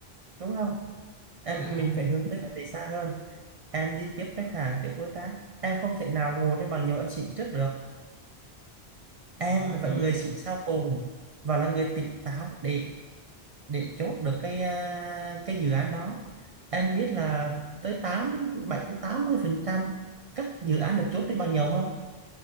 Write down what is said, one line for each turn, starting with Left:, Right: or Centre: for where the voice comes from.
Right: đúng không em
Left: Dạ.
Right: mình phải hướng tới vấn đề xa hơn em đi tiếp khách hàng tiếp đối tác em không thể nào ngồi đây bằng nhau em xịn trước được
Left: Ờ
Right: em là phải
Left: trời
Right: người
Left: ơi.
Right: xịn sau cùng và là người tỉnh táo để để chốt được cái à, cái dự án đó em biết là tới tám bảy đến tám mươi phần trăm các dự án được chốt trên bằng nhau không